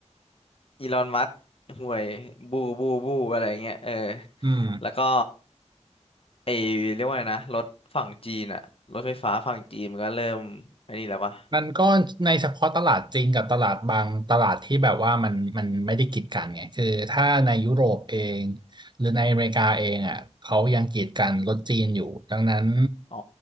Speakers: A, on the left (about 50°); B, on the right (about 40°).
A: อีลอนมัสก์ห่วยบูบูบูอะไรเงี้ยเออ
B: อืม
A: แล้วก็ไอเรียกว่าไงนะรถฝั่งจีนอะรถไฟฟ้าฝั่งจีนมันก็เริ่มไอ้นี่แล้วปะ
B: มันก็ในเฉพาะตลาดจริงกับตลาดบางตลาดที่แบบว่ามันมันไม่ได้กีดกันไงคือถ้าในยุโรปเองหรือในอเมริกาเองอ่ะเขายังกีดกันรถจีนอยู่ดังนั้น
A: อ๋อ